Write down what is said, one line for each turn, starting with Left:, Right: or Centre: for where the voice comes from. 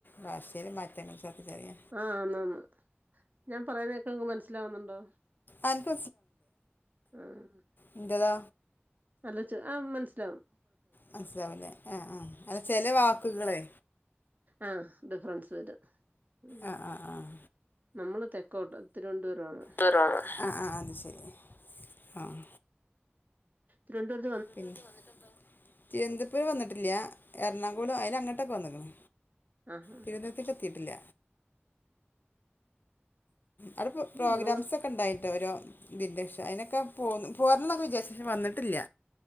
Left: ഭാഷയില് മാറ്റണ്ട് ചെറുതായി
Right: ആഹ് ആന്ന് ആന്ന് ഞാൻ പറയുന്നേക്ക നിങ്ങക്ക് മനസ്സിലാവുന്നോണ്ടോ
Left: അനക്ക്
Right: ആഹ്
Left: ഇന്റെതാ
Right: നല്ല ച് ആഹ് മൻസ്സിലാവും
Left: മൻസ്സിലാവുലേ ആഹ് ആഹ് അല്ല ചെല വാക്കുകളേ
Right: ആഹ് ഡിഫ്രൻസ് വരും ഉം
Left: ആഹ് ആഹ് ആഹ്
Right: നമ്മള് തെക്കോട്ട് തിരുവന്തരവാണ്
Left: ന്തരവാണ് ആഹ് അഹ് അത് ശെരി ആഹ്
Right: തിരുവന്തപുര്
Left: തിരുവന്തപുരം വന്നിട്ടില്ല എറണാകുളം അയിലങ്ങട്ടാെക്കെ വന്ന്ക്ക്ണ്
Right: ആ ആ ആ
Left: തിരുവന്തരത്തെക്ക് എത്തിട്ടില്ല അത് പേ പ്രോഗ്രാംസ്
Right: നിങ്ങള്
Left: ഒക് ക്കെ ണ്ടായിട്ട്ഓരോ ഇതിന്റെശ അയിനൊക്കെ പോന്ന് പോരന്നൊക്കെ വിചാരിച്ചീന് വന്ന്ട്ടില്ല